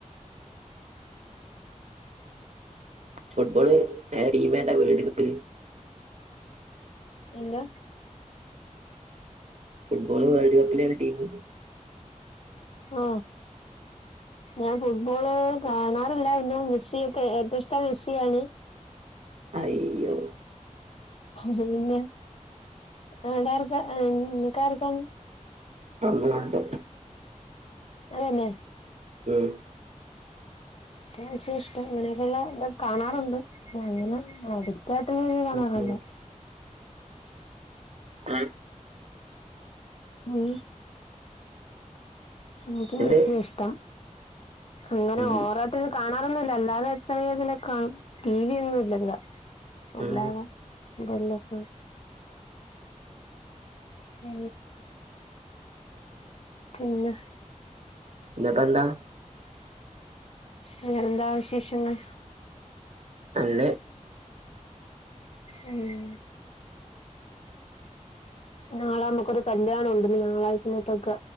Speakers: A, on the right (about 60°); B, on the left (about 50°).
A: ഫുട്ബോള് ങ്ങ ടീമേതാ വേൾഡ് കപ്പില്
B: എന്താ
A: ഫുട്ബോള് വേൾഡ് കപ്പിലേതാ ടീമ്
B: ഓ ഞാൻ ഫുട്ബോള് കാണാറില്ല പിന്നെ മെസ്സിയൊക്കെ ഏറ്റവും ഇഷ്ടം മെസ്സിയാണ്
A: അയ്യോ
B: പിന്നെ അവിട ആർക്കാ നിങ്കാർക്കാണ്
A: മ്മടത്ത്
B: അതെന്നെ
A: ഉം
B: ആവശ്യ ഇഷ്ടം ഇങ്ങനെക്കുള്ള കാണാറുണ്ട് അങ്ങനെ ആടി രാത്രി പോലും കാണാറില്ല
A: ഉം. ആ
B: ഉം ഇൻക്ക്
A: എന്ത്
B: മെസ്സിയെ ഇഷ്ടം അങ്ങനെ
A: ഉം,
B: ഓവറായിട്ടൊരു കാണാ ങ്ങനൊന്നുല്ല അല്ലാതെ അച്ചാ ഏതെലൊക്ക കാണും ടി വി ഒന്നും ഇല്ല ഇവടെ
A: ഉം.
B: അല്ലാതെ വല്ലപ്പഴും ഏ പിന്നെ
A: പ്പിന്നെപ്പ എന്താ
B: അങ്ങനെ എന്താ വിശേഷങ്ങൾ
A: നല്ലെഅ്
B: ഉം നാളെ അമക്കൊരു കല്ല്യാണം ഉണ്ട് നാളെ ഈ സമയത്തൊക്കെ